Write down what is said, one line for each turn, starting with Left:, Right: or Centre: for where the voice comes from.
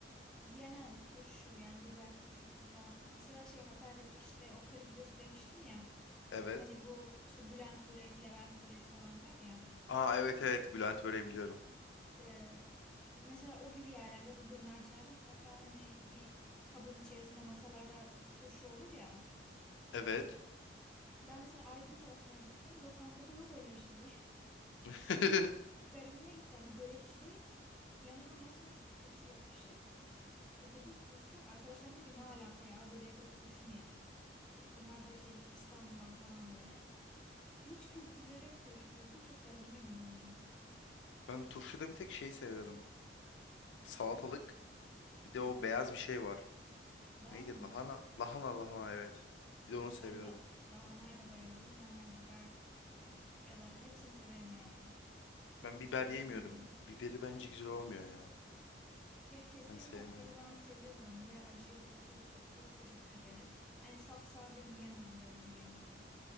Centre: Genel turşu yani biber turşusu falan. Mesela şey Hatay'daki işte o kır demiştin ya.
Left: Evet.
Centre: Hani bu işte Bülent börek, Levent börek falan var ya.
Left: Aa evet evet Bülent böyle biliyorum.
Centre: Ee, mesela o gibi yerlerde ya da dönercilerde mutlaka hani bir kabın içerisinde masalarda turşu olur ya.
Left: Evet.
Centre: Ben mesela Aydın tarafına gittim. Lokantada yok öyle bir şey.
Left: <laughs>
Centre: <laughs> Çok il- garibime gitti. Hani börekçideyiz. Yanına nasıl turşu yakışır? E, dedim turşu yok. Arkadaşlarım diyor ki ne alaka ya börekle turşu mu yenir? E, onlar da şey İstanbul'dan falan böyle. Hiç kültürleri yok turşu kültür. Çok garibime gidiyor benim.
Left: Ben turşuda bir tek şey seviyorum. Salatalık. Bir de
Centre: Hı
Left: o
Centre: hı.
Left: beyaz bir şey var.
Centre: Lahana
Left: Neydi?
Centre: mı?
Left: Lahana. Lahana lahana evet. Bir de onu seviyorum.
Centre: Ben la lahanaya da bayılırım. Normal biber e, ya da hepsini severim yani.
Left: Ben biber
Centre: Çok
Left: yemiyorum.
Centre: hoşuma gidiyor.
Left: Biberi bence güzel olmuyor ya.
Centre: Ya keskin
Left: Ben sevmiyorum.
Centre: tatları ben seviyorum ya acı bir sos sos da çok severim. Hani sapsade yiyemem böyle bir yemeği.